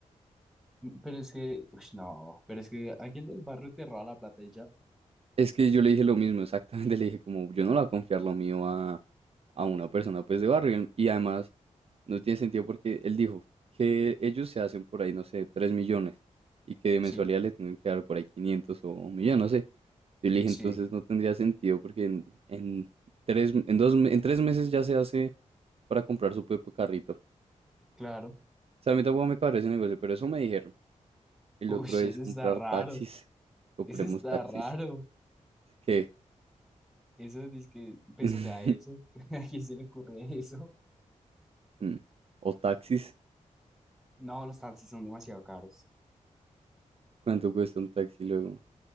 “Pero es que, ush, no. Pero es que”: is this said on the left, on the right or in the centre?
Centre